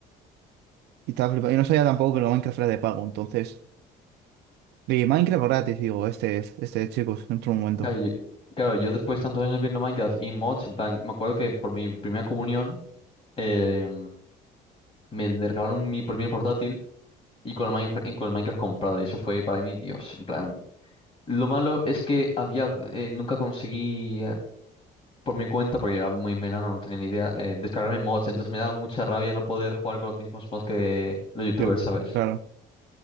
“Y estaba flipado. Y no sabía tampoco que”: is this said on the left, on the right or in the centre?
Right